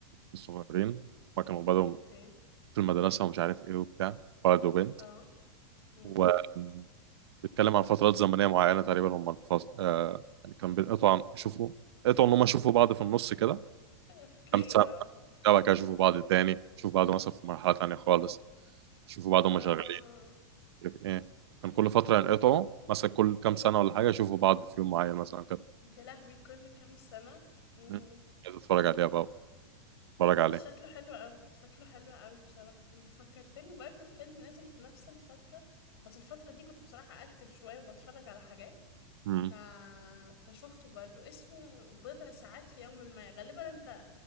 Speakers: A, on the right (about 65°); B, on the left (about 60°).
A: صغيرين هما كانوا بدأوا
B: اوكي
A: في المدرسة ومش عارف ايه وبتاع ولد وبنت
B: اه مم.
A: وبيتكلم عن فترات زمنية معينة تقريبا هما الفص... آه يعني كان بيقطعوا يشوفوا قطعوا ان هما يشوفوا بعض في النص كده
B: اوكي
A: خمسة
B: اه
A: وبعد كده يشوفوا بعض تاني يشوفوا بعض مثلا في مرحلة تانية خالص يشوفوا بعض هما
B: اه
A: شغالين مش عارف ايه كان كل فترة ينقطعوا مثلا كل كام سنة ولا حاجة يشوفوا بعض في يوم معين مثلا كده
B: يا لهوي كل كام سنة امم
A: مم. عايز اتفرج عليها بقى اتفرج
B: بس
A: عليه
B: شكله حلو قوي شكله حلو قوي بصراحة انت فكرتني برضه في فيلم نازل في نفس الفترة بس الفترة دي كنت بصراحة اكتف شوية وبتفرج على حاجات
A: مم.
B: ف... فشفته برضه اسمه بضع ساعات في يوم ما غالبا انت